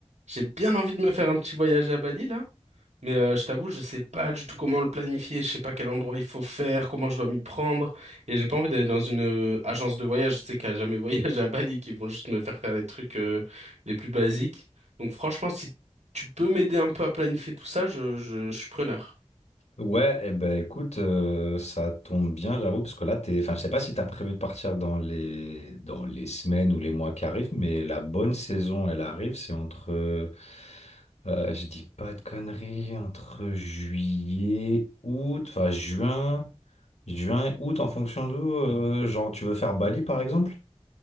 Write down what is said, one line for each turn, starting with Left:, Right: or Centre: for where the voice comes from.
Right: J'ai bien envie de me faire un petit voyage à Bali là, mais euh, je t'avoue, je sais pas du tout comment le planifier, je sais pas quel endroit il faut faire, comment je dois m'y prendre, et j'ai pas envie d'aller dans une euh, agence de voyage, je sais qu'à jamais <laughs> voyage à Bali, qui vont juste me faire faire les trucs euh, les plus basiques. Donc franchement, si tu peux m'aider un peu à planifier tout ça, je, je, je suis preneur.
Left: Ouais, eh ben écoute, euh, ça tombe bien, j'avoue, parce que là, t'es, enfin, je sais pas si t'as prévu de partir dans les dans les semaines ou les mois qui arrivent, mais la bonne saison, elle arrive, c'est entre, euh, euh, je dis pas de conneries, entre juillet, août, enfin juin, juin, août, en fonction d'où, euh, genre tu veux faire Bali par exemple?